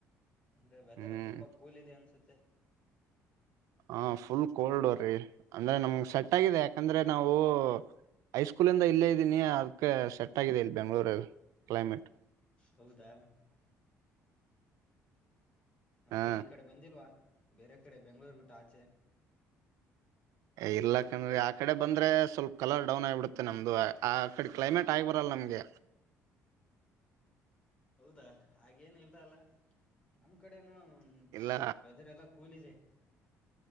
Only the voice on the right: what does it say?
ಹ್ಮ್
ಹ ಫುಲ್ ಕೋಲ್ಡ್ ಅವ್ರಿ ಅಂದ್ರೆ ನಮ್ಗ್
ಸೆಟ್ ಆಗಿದೆ ಯಾಕಂದ್ರೆ ನಾವು ಹಐಸ್ಕೂಲ್ಂದ ಇಲ್ಲೇ ಇದ್ದೀನಿ ಅದಕ್ಕೆ ಸೆಟ್ ಆಗಿದೆ ಇಲ್ಲಿ ಬೆಂಗಳೂರು ಕ್ಲೈಮೇಟ್
ಹಾ
ಇರ್ಲಾಕಂದ್ರೀ ಆ ಕಡೆ ಬಂದ್ರೆ ಸ್ವಲ್ಪ ಕಲರ್ ಡೌನ್ ಆಗಿಬಿಡುತ್ತೆ ನಮ್ದು ಆ ಕಡೆ ಕ್ಲೈಮೇಟ್ ಟೈ್ ಬರಲ್ಲ ನಮ್ಗೆ
ಇಲ್ಲ